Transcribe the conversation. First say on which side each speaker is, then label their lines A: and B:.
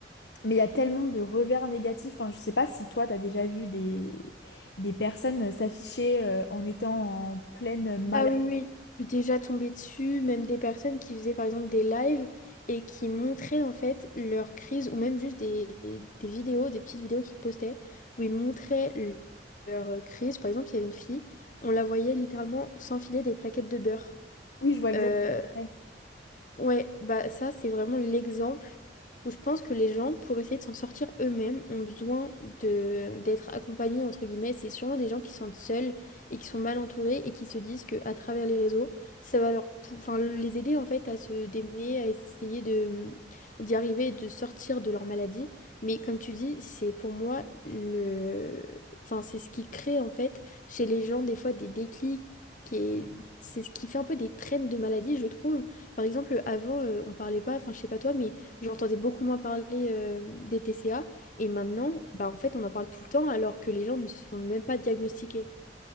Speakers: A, on the left; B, on the left.
A: mais il y a tellement de revers négatifs. Enfin, je sais pas si toi, t'as déjà vu des, des personnes s'afficher euh, en étant en pleine maladie.
B: Ah oui, oui, je suis déjà tombée dessus, même des personnes qui faisaient par exemple des lives et qui montraient en fait leur crise ou même juste des, des vidéos, des petites vidéos qu'ils postaient où ils montraient le- leur euh, crise. Par exemple, il y avait une fille, on la voyait littéralement s'enfiler des plaquettes de beurre.
A: Oui, je vois exactement.
B: Euh,
A: ce que c'est.
B: Ouais, bah ça c'est vraiment l'exemple où je pense que les gens, pour essayer de s'en sortir eux-mêmes, ont besoin de d'être accompagnés entre guillemets. C'est sûrement des gens qui se sentent seuls et qui sont mal entourés et qui se disent que à travers les réseaux, ça va leur, pou- enfin les aider en fait à se démener, à essayer de d'y arriver, et de sortir de leur maladie. Mais comme tu dis, c'est pour moi le, enfin c'est ce qui crée en fait chez les gens des fois des déclics et c'est ce qui fait un peu des traînes de maladie, je trouve par exemple, avant, euh, on parlait pas, enfin, je sais pas toi, mais j'entendais beaucoup moins parler euh, des TCA. Et maintenant, bah, en fait, on en parle tout le temps alors que les gens ne se font même pas diagnostiquer.